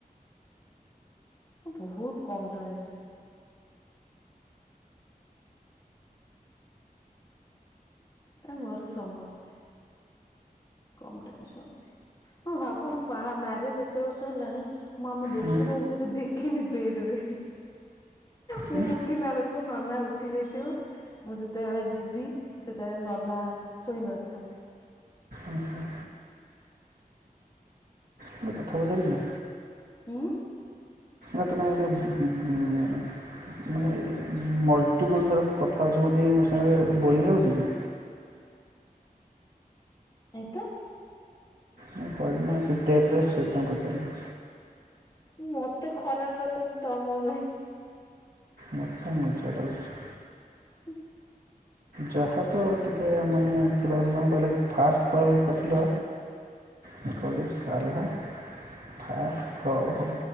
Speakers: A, on the left; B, on the right.
A: ବହୁତ କମ ଟାଇମ ସୁଏ। ତାଙ୍କ ଘରେ ସମସ୍ତେ କମ ଟାଇମ ଶୁଅନ୍ତି। ହଁ ଭାବ ମୁଁ ବାହା ମ୍ୟାରେଜ ଏତେ ବର୍ଷ ହେଲାଣି ମୁଁ ଆମ ଦେଢଶରୁ
B: ହୁଁ
A: କୁ କେବେ ଦେଖିନି ବେଡରେ। ମୁଁ
B: ହୁଁ
A: ଉଠିଲା ବେଳକୁ ନନା ଉ ଠି ଯାଇଥିବେ ମୁଁ ଯେତେବେଳେ ଯିବି ସେ ତ ନନା ଶୋଇ ନଥାନ୍ତି।
B: ଓହୋ। ଗୋଟେ କଥା ପଚାରିବି?
A: ଉଁ
B: ଆ ତମେ ଏକା ଉ ଉ ଉ ମାନେ ମାନେ ଏ ମଲ ଟିପୁଲ ଥର କଥା ହଉଛ ବୋଲି ମୁଁ ସାଙ୍ଗରେ ବୋରିଂ ଲାଗୁଚି କି?
A: ନାଇଁ ତ।
B: ନାଇଁ କରିନ <unintelligible> ସେଥି ପାଇଁ ପଚାରିଲି।
A: ମତେ ଖରାପ ଲାଗୁଛି ତମ
B: ମତେ ମଜା ଲାଗୁଚି।
A: ଉଁ
B: ଯାହା ତ ଟିକେ ମାନେ ଥିଲା ବାଲାଙ୍କୁ କହିଲା କି ଫାଷ୍ଟ କଲ କରିଥିଲା ମୁଁ କହିଲି ଶାଲା ଫାଷ୍ଟ କ